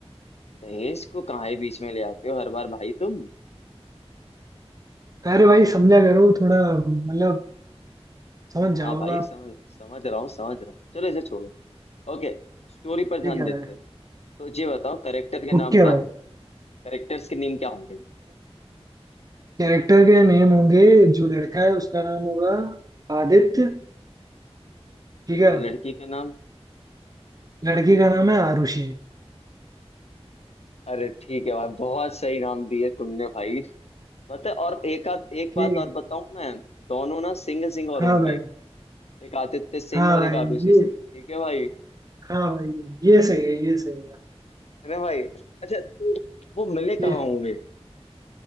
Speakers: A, on the left; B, on the right.
A: दहेज को कहाँ है बीच में ले आते हो हर बार भाई तुम
B: तो अरे भाई समझा करो थोड़ा मतलब समझ
A: हाँ
B: जाओ
A: भाई
B: आप
A: समझ समझ रहा हूँ समझ रहा हूँ चलो इसे छोड़ो ओके स्टोरी पर ध्यान
B: ठीक है
A: देते
B: भाई
A: हैं तो ये बताओ करेक्टर के नाम
B: ओके
A: क्या
B: भाई
A: होंगे करेक्टर्स के नेम क्या होंगे
B: कैरेक्टर के नेम होंगे जो लड़का है उसका नाम होगा आदित्य ठीक है
A: और लड़की का नाम
B: लड़की का नाम है आरुषि
A: अरे ठीक है भाई बहुत सही नाम दिए तुमने भाई पता है और एक आध एक
B: ठीक
A: बात
B: है
A: और बताऊं मैं दोनों ना सिंगल सिंगल
B: हाँ
A: होंगे
B: भाई
A: एक आदित्य सिंह
B: हाँ
A: और
B: भाई
A: एक आरुषि
B: ये
A: सिंह ठीक है भाई
B: हाँ भाई ये सही है ये सही है
A: है ना भाई अच्छा तो वो मिले कहाँ
B: ये
A: होंगे